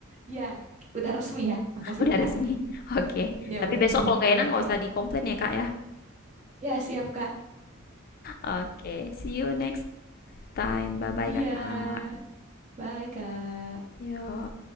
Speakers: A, on the right; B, on the left.
A: iya. Udah resmi ya.
B: <laughs>
A: Makasih,
B: udah
A: Kak.
B: resmi. Oke,
A: Iya,
B: tapi
A: udah
B: besok
A: resmi.
B: kalau nggak
A: Iya,
B: enak
A: oke.
B: nggak usah dikomplain ya, Kak, ya.
A: Ya, siap, Kak.
B: Oke, see you next time, bye-bye,
A: Iya.
B: Kakak.
A: Bye, Kak.
B: Yo.